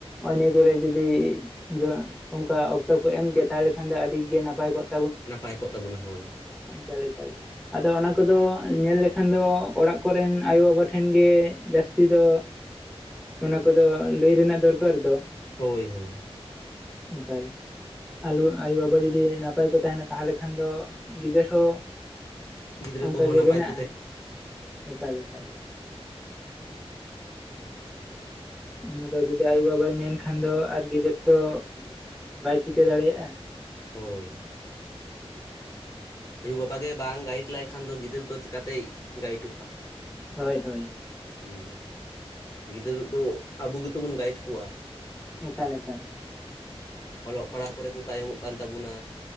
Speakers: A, in the centre; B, on the left.
A: ᱚᱱ ᱱᱤᱭᱟᱹ ᱠᱚᱨᱮ ᱡᱩᱫᱤ <unintelligible> ᱚᱱᱠᱟ ᱚᱠᱛᱚ ᱠᱚ ᱮᱢᱠᱮ ᱛᱟᱦᱚᱞᱮ ᱠᱷᱟᱱ ᱫᱚ ᱟᱹᱰᱤᱜᱮ ᱱᱟᱯᱟᱭ ᱠᱚᱜ ᱛ
B: ᱱᱟᱯᱟᱭ ᱠᱚᱜ ᱛᱟᱵᱚᱱᱟ ᱦᱳᱭ
A: <unintelligible> ᱞᱮᱠᱟ ᱜᱮ ᱟᱫᱚ ᱚᱱᱟ ᱠᱚᱫᱚ ᱧᱮᱞ ᱞᱮᱠᱷᱟᱱ ᱫᱚ ᱚᱲᱟᱜ ᱠᱚᱨᱮᱱ ᱟᱭᱳ ᱵᱟᱵᱟ ᱴᱷᱮᱱ ᱜᱮ ᱡᱟᱹᱥᱼᱼ ᱛᱤ ᱫᱚ ᱚᱱᱟ ᱠᱚᱫᱚ ᱞᱟᱹᱭ ᱨᱮᱱᱟᱜ ᱫᱚᱨᱠᱟᱨ ᱫᱚ
B: ᱦᱳᱭ ᱦᱳᱭ
A: ᱮᱠᱟᱞ ᱟᱞᱚ ᱟᱭᱳᱼᱵᱟᱵᱟ ᱡᱩᱫᱤ ᱱᱟᱯᱟᱭ ᱠᱚ ᱛᱟᱦᱮᱱᱟ ᱛᱟᱦᱚᱞᱮ ᱠᱷᱟᱱ ᱫᱚ ᱜᱤᱫᱟᱹᱨ ᱦᱚᱸ
B: ᱜᱤᱫᱽᱨᱟᱹ
A: ᱚᱱᱠᱟᱜᱮ
B: ᱠᱚᱦᱚᱸ ᱱᱟᱯᱟᱭ
A: ᱵᱮᱱᱟᱜ ᱟᱭ ᱮᱠᱟᱞ ᱮᱠᱟᱞ
B: ᱦᱩᱸᱻ
A: ᱚᱱᱟ ᱫᱚ ᱡᱩᱫᱤ ᱟᱭᱳ ᱵᱟᱵᱟᱭ ᱢᱮᱱᱠᱷᱟᱱ ᱫᱚ ᱟᱨ ᱜᱤᱫᱟᱹᱨ ᱫᱚ ᱵᱟᱭ ᱪᱤᱠᱟᱹ ᱫᱟᱲᱮᱭᱟᱜᱼᱟ
B: ᱦᱳᱭ ᱟᱭᱳᱼᱵᱟᱵᱟ ᱜᱮ ᱵᱟᱝ ᱜᱟᱭᱤᱰ ᱞᱟᱭᱠᱷᱟᱱ ᱫᱚ ᱜᱤᱫᱟᱹᱨ ᱫᱚ ᱪᱮᱠᱟ ᱛᱮᱭ ᱜᱟᱭᱤᱰᱚᱜᱼᱟ
A: ᱦᱳᱭ ᱦᱳᱭ
B: ᱦᱩᱸ ᱜᱤᱫᱽᱟᱹᱨ ᱫᱚ ᱟᱵᱚ ᱜᱮᱛᱚ ᱵᱚᱱ ᱜᱟᱭᱤᱰ ᱠᱚᱣᱟ
A: ᱮᱠᱟᱞ ᱮᱠᱟᱞ
B: ᱚᱞᱚᱜ ᱯᱟᱲᱦᱟᱣ ᱠᱚᱨᱮ ᱠᱚ ᱛᱟᱭᱚᱢᱚᱜ ᱠᱟᱱ ᱛᱟᱵᱚᱱᱟ